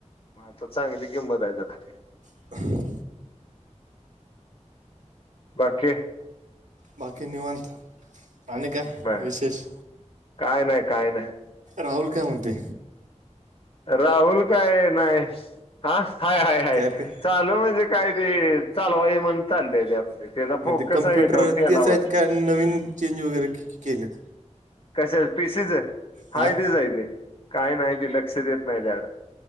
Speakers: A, on the left; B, on the right.
A: हा त चांगली किंमत आहे त्याला.
B: <inaudible>
A: बाकी.
B: बाकी निवांत आणि काय.
A: बर
B: विशेष
A: काय नाय काय नाय.
B: राहुल काय म्हणतोय.
A: राहुल काय नाही हा हाय हाय हाय
B: कॅपे
A: चा... म्हणजे काय ते चालवाई म्हण चालले ते आप त्याचा
B: मग
A: फोकस
B: ते कम्प्युटर
A: आहे त्या तेलावर.
B: तेच आहेत का नवीन चेंज वगैरे केके केलेत.
A: कशा पीसीच
B: हां
A: हाय तेच आहे ते काय नाही ते लक्ष देत नाही त्याड.